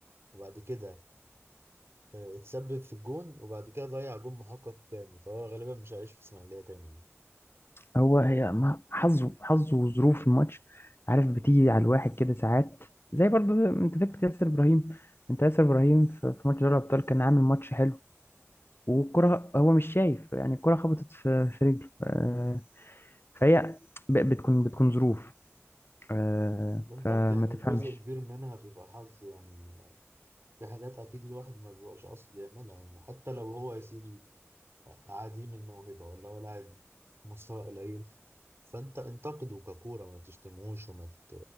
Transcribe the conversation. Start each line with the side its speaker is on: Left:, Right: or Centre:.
Right: وبعد كده آه، اتسبب في الجون وبعد كده ضيع جون محقق تاني فهو غالبا مش هيعيش في إسماعيلية تاني
Left: هو هي ما حظه حظه وظروف الماتش عارف بتيجي على الواحد كده ساعات زي برضو انت فاكر ياسر ابراهيم انت ياسر ابراهيم في في ماتش دوري الابطال كان عامل ماتش حلو والكره هو مش شايف يعني الكره خبطت في في رجله آه، فهي ب- بتكون بتكون ظروف آه،
Right: بالظبط
Left: فما
Right: يعني
Left: تفهمش
Right: جزء كبير منها بيبقى حظ يعني في حاجات أكيد الواحد ما بيبقاش قصد يعملها يعني حتى لو هو يا سيدي آه، عديم الموهبة ولا هو لاعب مستوى قليل فأنت انتقده ككورة ما تشتمهوش وما ت...